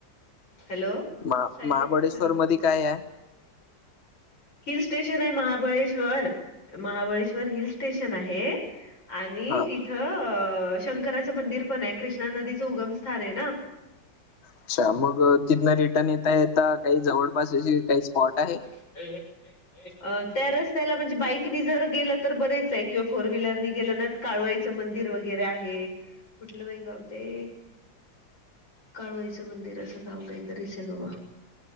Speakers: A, on the left (about 80°); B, on the left (about 40°).
A: हॅलो?
B: महा
A: सायलेंट
B: महाबळेश्वर
A: का झाला फोन?
B: मधी कायाय?
A: हिलस्टेशनाय महाबळेश्वर महाबळेश्वर. हिलस्टेशन आहे, आणि
B: हा
A: तिथं अ शंकराचं मंदिर पनाय कृष्णा नदीचं उगम स्थानाय ना.
B: अच्छा मग तिथन रिटन येता येता काही जवळपास विजिट काही स्पॉट? आहे?
A: <inaudible> त्या रस्त्याला म्हणजे बाईकनी जर गेलं तर बरेचाय किंवा फोर व्हीलरनी गेलं ना काळूवाई च मंदिर वगैरे आहे. कुठलं बाई गाव ते काळुआईचं मंदिर असं गाव काईतरीचय बाबा.